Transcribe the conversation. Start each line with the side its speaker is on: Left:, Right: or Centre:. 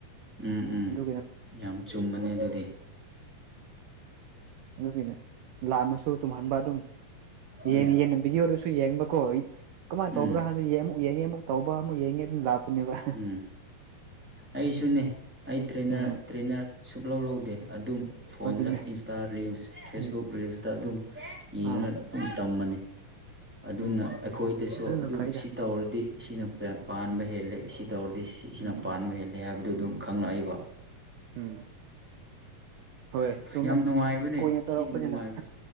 Centre: ꯎꯝ ꯎꯝ
Right: ꯑꯗꯨꯅ
Centre: ꯌꯥꯝ ꯆꯨꯝꯕꯅꯦ ꯑꯗꯨꯗꯤ
Right: ꯑꯗꯨꯒꯤꯅꯦ ꯂꯥꯟ ꯃꯁꯨ ꯇꯨꯝꯍꯟꯕ ꯑꯗꯨꯝ
Centre: ꯎꯝ
Right: ꯌꯦꯟ ꯌꯦꯟꯅ ꯚꯤꯗꯤꯌꯣꯗꯨꯁꯨ ꯌꯦꯡꯕꯀꯣ ꯀꯃꯥꯏꯅ ꯇꯧꯕ꯭ꯔꯥ
Centre: ꯎꯝ
Right: ꯍꯥꯏ ꯑꯃꯨꯛ ꯌꯦꯡꯉꯦ ꯑꯃꯨꯛ ꯇꯧꯕ ꯑꯃꯨꯛ ꯌꯦꯡꯉꯦ ꯑꯗꯨꯝ ꯂꯥꯛꯄꯅꯦꯕ
Centre: ꯎꯝ ꯑꯩꯁꯨꯅꯦ ꯑꯩ ꯇꯦ
Right: ꯎꯝ
Centre: ꯇ꯭ꯔꯦꯅꯔ ꯁꯨꯞꯛ ꯂꯧꯧ ꯂꯧꯗꯦ ꯑꯗꯨꯝ ꯐꯣꯟꯗ
Right: ꯑꯗꯨꯅꯦ
Centre: ꯏꯟꯁꯇꯥ ꯔꯤꯜꯁ ꯐꯦꯁꯕꯨꯛ
Right: ꯎꯝ ꯎꯝ
Centre: ꯔꯤꯜꯁꯇ ꯑꯗꯨꯝ ꯌꯦꯡꯉꯒ
Right: ꯑꯥ
Centre: ꯑꯗꯨꯝ ꯇꯝꯕꯅꯤ ꯑꯗꯨꯅ
Right: ꯎꯝ
Centre: ꯑꯩꯈꯣꯏꯗꯁꯨ
Right: ꯑꯗꯨꯅ
Centre: ꯑꯗꯨꯝ
Right: ꯐꯩꯗ
Centre: ꯁꯤ ꯇꯧꯔꯗꯤ ꯁꯤꯅ ꯄꯥꯟꯕ ꯍꯦꯜꯂꯦ ꯁꯤ ꯇꯧꯔꯗꯤ ꯁꯤ ꯁꯤꯅ
Right: ꯎꯝ
Centre: ꯄꯥꯟꯕ
Right: ꯎꯝ
Centre: ꯍꯦꯜꯂꯦ ꯍꯥꯏꯕꯗꯨ ꯑꯗꯨꯝ ꯈꯪꯂꯛꯏꯕ
Right: ꯎꯝ ꯍꯣꯏ ꯆꯨꯝꯃꯦ
Centre: ꯌꯥꯝ ꯅꯨꯡꯉꯥꯏꯕꯅꯦ
Right: ꯀꯨꯏꯅ ꯇꯧꯔꯛꯄꯅꯤꯅ
Centre: ꯁꯤꯁꯤ ꯅꯨꯡꯉꯥꯏꯕꯁꯦ